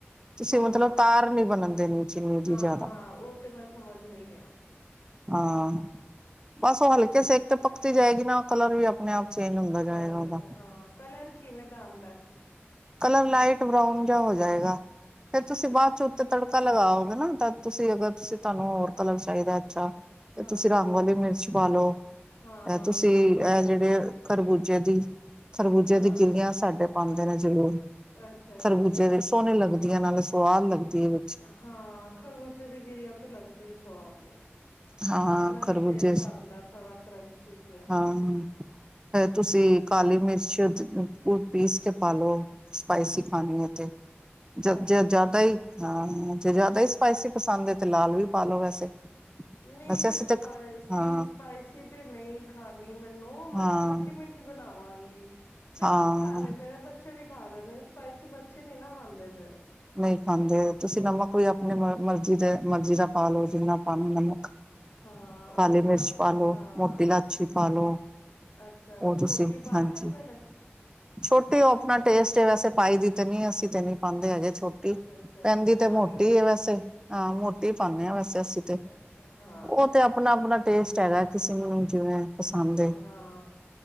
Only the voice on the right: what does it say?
ਤੁਸੀਂ
ਮਤਲਬ ਤਾਰ ਨੀ ਬਣਨ ਦੇਣੀ ਚਿੰਨੀ ਦੀ
ਜ਼ਿਆਦਾ।
ਹਾਂ ਬਸ ਉਹ ਹਲਕੇ ਸੇਕ 'ਤੇ ਪੱਕਤੀ ਜਾਏਗੀ ਨਾ ਕਲਰ ਵੀ ਆਪਣੇ ਆਪ ਚੇਂਜ ਹੁੰਦਾ ਜਾਏਗਾ
ਔਦਾ।
ਕਲਰ ਲਾਈਟ ਬਰਾਊਨ ਜਿਹਾ ਹੋ ਜਾਏਗਾ ਫੇਰ ਤੁਸੀਂ
ਬਾਅਦ ਚ ਉਤ ਤੜਕਾ ਲਗਾਓਗੇ ਨਾ ਤਾਂ ਤੁਸੀਂ ਅਗਰ ਤੁਸੀਂ ਤੁਹਾਨੂੰ ਹੋਰ ਕਲਰ ਚਾਈਦਾ ਅੱਛਾ। ਤੇ
ਤੁਸੀਂ
ਰੰਗ ਵਾਲੀ ਮਿਰਚ ਪਾਲੋ।
ਇਹ
ਤੁਸੀਂ ਇਹ
ਜੇੜੇ
ਖਰਬੂਜੇ ਦੀ, ਖਰਬੂਜੇ
ਦੀ ਗਿੱਲੀਆਂ ਸਾਡੇ ਪਾਂਦੇ ਨੇ ਜ਼ਰੂਰ,
ਖਰਬੂਜੇ
ਦੇ ਸੋਹਣੀ ਲੱਗਦੀ ਏ ਨਾਲੇ ਸਵਾਦ ਲੱਗਦੀ ਏ ਵਿੱਚ।
ਹਾਂ
ਖਰਬੂਜੇ
ਹਾਂ। ਫੇਰ ਤੁਸੀਂ ਕਾਲੀ ਮਿਰਚ ਕੁ ਪੀਸ ਕੇ ਪਾਲੋ ਸਪਾਈਸੀ ਪਾਣੀ ਏ 'ਤੇ ਜ-ਜ
ਜ਼ਿਆਦਾ ਈ ਹਾਂ ਜੇ ਜ਼ਿਆਦਾ ਈ ਸਪਾਈਸੀ ਪਸੰਦ ਏ ਤੇ ਲਾਲ ਵੀ ਪਾਂ ਲੋ ਵੈਸੇ।
ਵੈਸੇ
ਅਸੀਂ
ਤਾਂ ਹਾਂ
ਹਾਂ
ਹਾਂ
ਨਈ ਖਾਂਦੇ। ਤੁਸੀਂ ਨਮਕ ਵੀ ਆਪਣੇ ਮ ਮਰਜੀ ਦੇ ਮਰਜੀ ਦਾ ਪਾਲੋ ਜਿੰਨਾ ਪਾਨਾ ਨਮਕ,
ਕਾਲੀ
ਮਿਰਚ ਪਾ ਲੋ,
ਮੋਟੀ ਲਾਚੀ ਪਾ ਲੋ।
ਉਹ ਤੁਸੀਂ
ਹਾਂਜੀ।
ਛੋਟੀ ਓ ਆਪਣਾ ਟੇਸਟ ਏ ਵੈਸੇ ਪਾਈ ਦੀ ਤੇ ਨੀਂ ਅਸੀਂ ਤੇ ਨੀ ਪਾਂਦੇ ਹੈਗੇੇ ਛੋਟੀ
ਪੈਂਦੀ 'ਤੇ
ਮੋਟੀ ਏ ਵੈਸੇ ਹਾਂ ਮੋਟੀ ਪਾਂਨੇ ਆ ਵੈਸੇ ਅਸੀਂ 'ਤੇ।
ਓ ਤੇ ਆਪਣਾ-ਆਪਣਾ ਟੇਸਟ ਹੈਗਾ ਐ ਕਿਸੇ ਨੂੰ ਜਿਵੇਂ ਪਸੰਦ ਏ